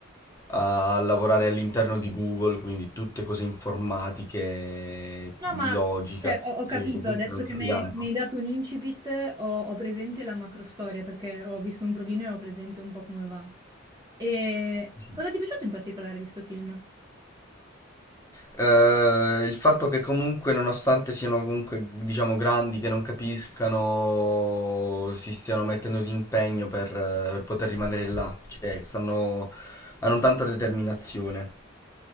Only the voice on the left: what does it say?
a lavorare all'interno di Google, quindi tutte cose informatiche,
di
logica,
cose
che comunque
non
capiranno.
Sì.
Eh, il fatto che comunque, nonostante siano comunque, diciamo, grandi, che non capiscano, si stiano mettendo di impegno per, eh, per poter rimanere là, cioè stanno, hanno tanta determinazione.